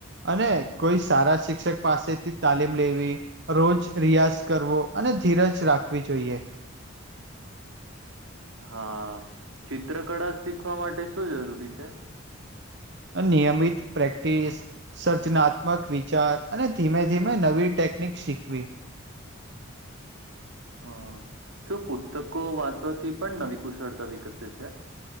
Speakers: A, on the right; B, on the right.
A: અને કોઈ સારા શિક્ષક પાસેથી તાલીમ લેવી રોજ રિયાઝ કરવો અને ધીરજ રાખવી જોઈએ.
B: હા ચિત્રકળા શીખવા માટે શું જરૂરી છે.
A: આ નિયમિત પ્રેક્ટિસ સર્જનાત્મક વિચાર અને ધીમે ધીમે નવી ટેકનિક શીખવી.
B: હા શું પુસ્તકો વાંચવાથી પણ નવી કુશળતા વિકસે છે.